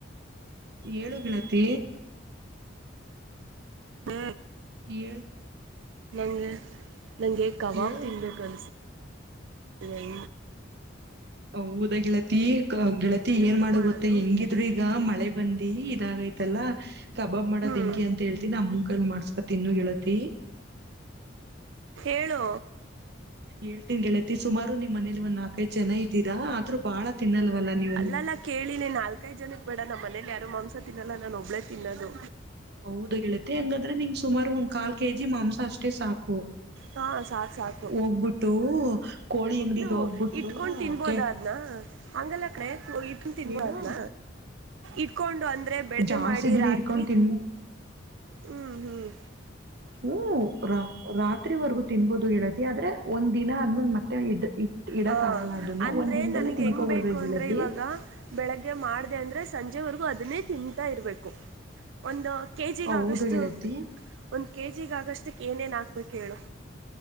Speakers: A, on the right; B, on the right.
A: ಏಳು ಿಳತಿ
B: ಹ
A: ಏಳ
B: ನಂಗೆ ನಂಗೆ ಕಬಾಬ್
A: ಏಳು
B: ತಿನ್ಬೇಕು ಅನ್ಸ ಇ
A: ಹೌದಾ ಗೆಳತಿ ಗೆಳತಿ ಏನ್
B: ಹೆಂಗ್
A: ಮಾಡೋ
B: ಮಾಡೋದು
A: ಗೊತ್ತ ಹೆಂಗಿದ್ರರು ಈಗ ಮಳೆ ಬಂದಿ ಇದಾಗೈತಲ್ಲಾ ಕಬಾಬ್ ಮಾಡೋ್
B: ಹ್ಮ್
A: ಹೆಂಕಿ ಅಂತ ಹೇಳ್ತಿನಿ ನಮ್ಮ ಕಲ್ ಮಾಡ್ಸ್ಕೊ ತಿ ಇನ್ನುಗೆೇಳತಿ
B: ಏಳು
A: ಏಳ್ ತಿನ್ ಗೆಳತಿ ಸುಮಾರು ನಿಮ್ ಮನೇಲಿ ಒಂದ್ ನಾಕೈಐ್ ಜನ ಇದೀರಾ ಆದ್ರೂ ಬಾಳ ತಿನ್ನಲ್ವಲ್ಲ ನೀವು
B: ಲ್ಲ ಕೇಳಿ ನಾಲ್ಕೈದು ಜನ ಬೇಡ ನಮ್ಮ ಮನೇಲಿ ಯಾರು ಮಾಂಸ ತಿನ್ನಲ್ಲ ನಾನು ಒಬ್ಳೇ ತಿನ್ನೋದು
A: ಹೌದ ಹೇಳೀತ್ತೆ ಹೆಂಗಾದ್ರೆ ನಿಂ ಸುಮಾರು ಒಂದ್ ಕಾಲ್ ಕೆ ಜಿ ಮಾಂಸ ಅಷ್ಟೇ ಸಾಕು
B: ಹಾ ಸಾಕು ಸಾಕು
A: ಹೋಗ್ಬಿಟ್ಟು ಕೋಳಿ ಅಂಗಡಿಗ್
B: ನೀನು
A: ಹೋಗ್ಬಿಟ್ಟು
B: ಇಟ್ಕೊಂಡ್ ತಿನ್ಬೋದಾದ
A: ಕೆ
B: ಆದ್ನ ಹಂಗಲ್ಲ ಕ ಇಟ್ಕೊಂಡು ತಿನ್ಬೋ
A: ಏನು
B: ಅದ್ನ ಇಟ್ಕೊಂಡು ಅಂದ್ರೆ ಬೆಳಗ್ಗೆ
A: ಜಾಸ್ತಿ
B: ಮಾಡಿ
A: ದಿನ
B: ರಾತ್ರಿ
A: ಇಡ್ಕೊಂಡ್ ತಿನ್
B: ಹ್ಮ್ ಹ್ಮ್
A: ಹ್ಮ ರಾ ರಾತ್ರಿವರೆಗೂ ತಿನ್ಬೋದು ಹೇಳತ್ತೆ ಆದ್ರೆ ಒಂದ್ ದಿನ ಆದ್ಮಲ್ ಮತ್ತೆ ಇ ಇ ಇಡಕ್
B: ಹಾಂ
A: ಆಗಲ್ಲ ಅದನ್ನ
B: ಅಂದರೆ
A: ಒಂದ ದಿನದಲ್ಲೇ
B: ನನಗೆ
A: ತಿಿಂದನ್ಕೊಬಿಡ್ಬೇಕ
B: ಹೆಂಗ್ ಬೇಕು ಅಂದರೆ
A: ಳತಿ
B: ಇವಾಗ ಬೆಳಗ್ಗೆ ಮಾಡಿದೆ ಅಂದ್ರೆ ಸಂಜೆವರೆಗೂ ಅದನ್ನೇ ತಿಂತಾ ಇರಬೇಕು ಒಂದು ಕೆ ಜಿಗಗಷ್ಟು
A: ಹೌದು ಗೆಳತಿ
B: ಒಂದು ಕೆ ಜಿಗಾಗಷ್ಟಕ್ಕೆ ಏನೇನು ಹಾಕ್ಬೇಕು ಹೇಳು